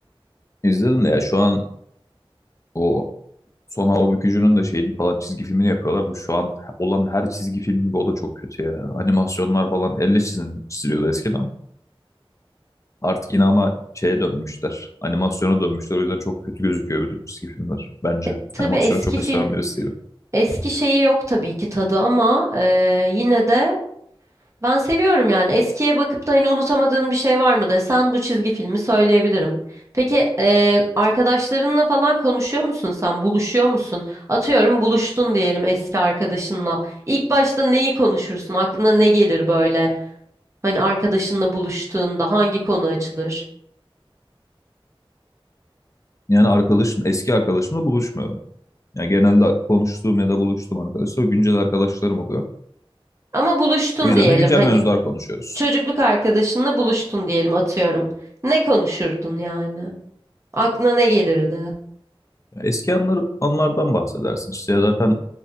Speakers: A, on the left (about 35°); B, on the right (about 30°).
A: İzledim de ya şu an o Son Hava Bükücü'nün de şeyini falan çizgi filmini yapıyorlar Bu şu an olan her çizgi film gibi o da çok kötü ya. Animasyonlar falan elle çizim, çiziliyordu eskiden. Artık yine ama şeye dönmüşler. Animasyona dönmüşler. O yüzden çok kötü gözüküyor bütün çizgi filmler bence.
B: E, tabii
A: Animasyonu
B: eski
A: çok
B: film
A: seven birisi değilim.
B: eski şeyi yok tabii ki tadı ama e, yine de Ben seviyorum yani. Eskiye bakıp da hani unutamadığın bir şey var mı desen bu çizgi filmi söyleyebilirim. Peki eee, arkadaşlarınla falan konuşuyor musun sen? Buluşuyor musun? Atıyorum buluştun diyelim eski arkadaşınla. İlk başta neyi konuşursun? Aklına ne gelir böyle? Hani arkadaşınla buluştuğunda hangi konu açılır?
A: Yani arkadaşım, eski arkadaşımla buluşmuyorum. Yani genelde konuştuğum ya da buluştuğum arkadaşlar güncel arkadaşlarım oluyor.
B: Ama buluştun
A: O yüzden
B: diyelim.
A: de güncel
B: Hani
A: mevzular konuşuyoruz.
B: çocukluk arkadaşınla buluştun diyelim atıyorum. Ne konuşurdun yani? Aklına ne gelirdi?
A: Eski anları, anlardan bahsedersin. İşte ya zaten